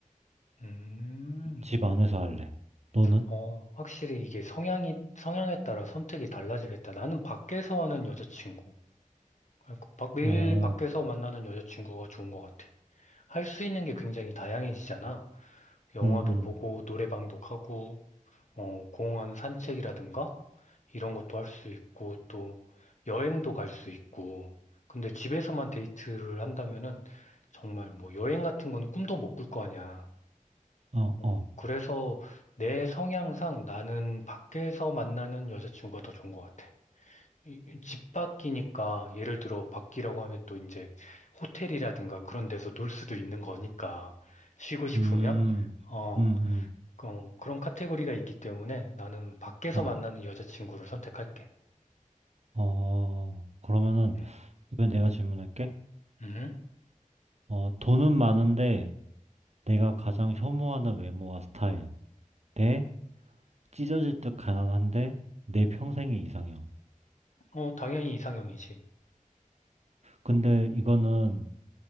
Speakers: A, on the left; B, on the right.
A: 음.
B: 집 안에서 할래. 너는?
A: 어, 확실히 이게 성향이, 성향에 따라 선택이 달라지겠다. 나는 밖에서 하는 여자친구, 그러니까 밖- 매일
B: 어,
A: 밖에서 만나는 여자친구가 좋은 것 같아. 할 수 있는 게 굉장히 다양해지잖아. 영화도
B: 음, 음,
A: 보고, 노래방도 가고, 어, 공원 산책이라든가, 이런 것도 할 수 있고, 또 여행도 갈 수 있고. 근데 집에서만 데이트를 한다면은 정말 뭐 여행 같은 건 꿈도 못 꿀 거 아니야.
B: 어,
A: 어,
B: 어,
A: 그래서 내 성향상 나는 밖에서 만나는 여자친구가 더 좋은 것 같아. 이- 이집 밖이니까 예를 들어 밖이라고 하면 또 이제 호텔이라든가 그런 데서 놀 수도 있는 거니까 쉬고 싶으면
B: 음,
A: 어,
B: 음,
A: 그- 어, 그런 카테고리가 있기 때문에 나는 밖에서
B: 음, 어,
A: 만나는 여자친구를 선택할게.
B: 어. 그러면은,
A: 음.
B: 이번엔 내가 질문할게.
A: 음?
B: 어, 돈은 많은데, 내가 가장 혐오하는 외모와 스타일. 네? 찢어질 듯 가난한데 내 평생의 이상형.
A: 어, 당연히 이상형이지.
B: 근데 이거는